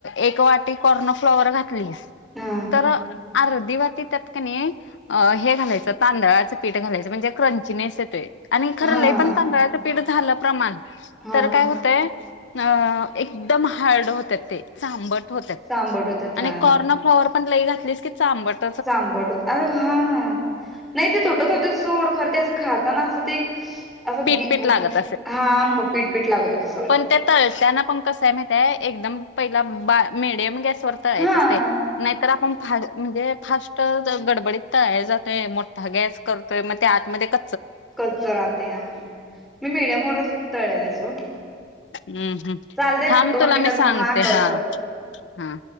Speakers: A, on the left; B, in the centre.
A: एक वाटी कॉर्न फ्लॉवर घातलीस
B: हा
A: तर- आर्धी वाटी त्यात काणी? अ हे घालायचं- तांदळाचं पीठ घालायचं. म्हणजे क्रंचीनेस येतोय. आणि खरं
B: हा
A: लय पण तांदळाचं पीठ झालं प्रमाण-
B: हा
A: तर काय होतय? अ एकदम हार्ड होत्यात ते. चांबट होतात.
B: सांबट होत्यात
A: आणि
B: हा
A: कॉर्न फ्लॉवर पण लई घातलीस की चांबट-
B: चांबट. अरे हां. नाही ते तुटत होते सोड खर ते अस खाताना असत ते- असं
A: पीठ
B: गी--हा
A: पीठ लागत
B: बघ पीठ पीठ लागत होत सगळ.
A: प ते तळताना पण कस आहे माहीती हाय. एकदम पहिला मीडियम गॅसवर तळायचं
B: हा
A: असतय. नाहीतर आपण फा म्हणजे फास्ट गडबडीत तळायला जातोय मोठा गॅस करतोय मग ते आतमध्ये क
B: कच्च राहते हा. मी मीडियम वरच तळलेले सोड.
A: हम्म हम्म.
B: चालते
A: थांब
B: दोन
A: तुला
B: मिनिटात
A: मी सांगते
B: कर
A: हा
B: कर
A: हा.